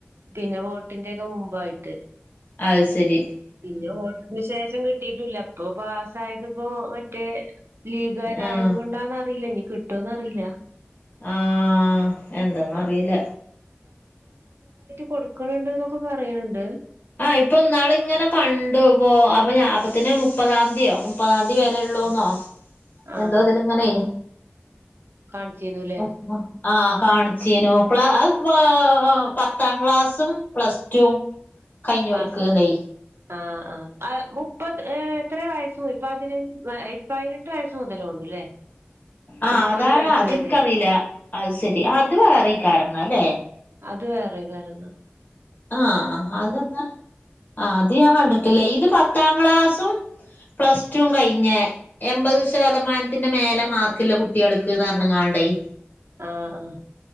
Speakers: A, on the right; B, on the left.
A: പിന്നെ വോട്ടിന്റെയൊക്കെ മുമ്പായിട്ട്
B: അത് സരി
A: പിന്നെ വോട്ടിന് ശേഷം കിട്ടിട്ടൂല്ല ഇപ്പൊ പാസ്സായത് പ്പൊ മറ്റേ ലീഗാരായത്
B: ആഹ്
A: കൊണ്ടാന്നറിയില്ല ഇഞ്ഞി കി, ട്ടോന്നറിയില്ല
B: ആ എന്താന്നറിയില്ല
A: ആ കൊടുക്ക്ണ്‌ ണ്ട് ന്നൊക്കെ പറയ്ണ്‌ണ്ട്
B: ആ ഇപ്പന്നാള് ഇങ്ങനെ കണ്ടു പോ അപ്പോ ഞാ അപ്പത്തിന് മുപ്പതാംന്തീയോ മുപ്പതാംതിയതി വരെള്ളൂന്നോ
A: ആഹ്
B: എന്തോ ഇതിലങ്ങനെയ്
A: കാണിച്ചിരുന്നുല്ലേ
B: ഉം ഉം ആ കാണിച്ചീനു അത് ഇപ്പോ പത്താം ക്ലാസും പ്ലസ് ടും കൈഞ്ഞോൽക്ക്
A: പാസ്
B: എന്തായി
A: ആഹ് ആഹ് അത് മുപ്പത് ഏഹ് എത്രയാ വയസ് ഒരു പതിനഞ് പതിനെട്ട് വയസ്സ് <unintelligible>
B: ആഹ്
A: മുപ്പത്
B: അതാണ്
A: വയസ്സ്
B: അത്
A: വരെ
B: എനിക്കറിയില്ല അത് ശരി അത് വേറെയിക്കാരംന്നല്ലേ
A: അത് വേറെ വരുന്ന
B: ആഹ് ആഹ് അതന്താണ് ആഹ് അത് ഞാൻ കണ്ടിട്ടില്ല ഇത് പത്താം ക്ലാസ്സും പ്ലസ് ടും കഴിഞ്ഞ് എമ്പത് ശതമാനത്തിന്റെ മേലെ മാർക്കിള്ള കുട്ടികൾക്ക് ന്നറഞ്ഞങ്ങാണ്ടെയ്
A: ആഹ് ആഹ്